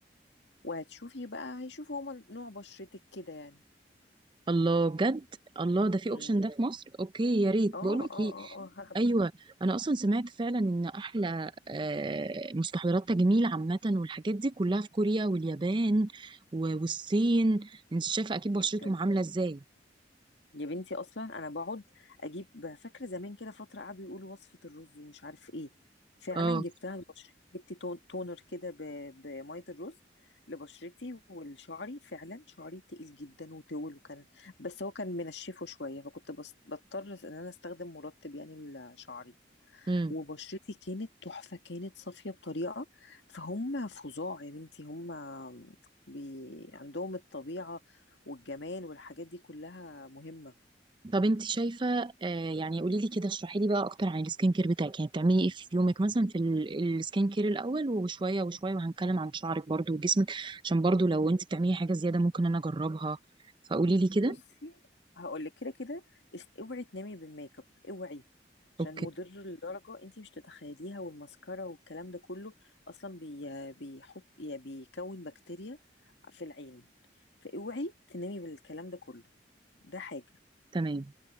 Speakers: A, on the left; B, on the right.
A: وهتشوفي بقى هيشوفوا هما نوع بشرتك كده يعني
B: الله بجد الله ده في
A: مم.
B: اوبشن ده في مصر اوكي يا ريت
A: اه
B: بقول لك
A: اه
B: ايه
A: اه اه هاخدك
B: ايوه انا اصلا سمعت فعلا ان احلى آه، مستحضرات تجميل عامه والحاجات دي كلها في كوريا واليابان و- والصين انت شايفه اكيد بشرتهم
A: جدا
B: عامله ازاي
A: يا بنتي اصلا انا بقعد اجيب فاكره زمان كده فتره قعدوا يقولوا وصفه الرز ومش عارف ايه فعلا
B: اه
A: جبتها لبشرتي جبت تون تونر كده ب- بميه الرز لبشرتي ولشعري فعلا شعري تقيل جدا وطول وكان بس هو كان منشفه شويه فكنت بس بضطر ان انا استخدم مرطب يعني لشعري
B: امم
A: وبشرتي كانت تحفة كانت صافية بطريقة فهم فظاع يا بنتي هم بي عندهم الطبيعة والجمال والحاجات دي كلها مهمة
B: طب انت شايفه آه، يعني قولي لي كده اشرحي لي بقى اكتر عن السكين كير بتاعك يعني بتعملي ايه في يومك مثلا في ال- السكين كير الاول وشويه وشويه وهنتكلم عن شعرك برضو وجسمك عشان برضو لو انت بتعملي حاجه زياده ممكن انا اجربها فقولي لي كده
A: بصي هقول لك كده كده است- اوعي تنامي بالميك اب اوعي عشان
B: اوكي
A: مضر لدرجة انتي مش تتخيليها والماسكارا والكلام ده كله اصلا بي بيحط يعني بيكون بكتيريا في العين فاوعي تنامي بالكلام ده كله ده حاجة
B: تمام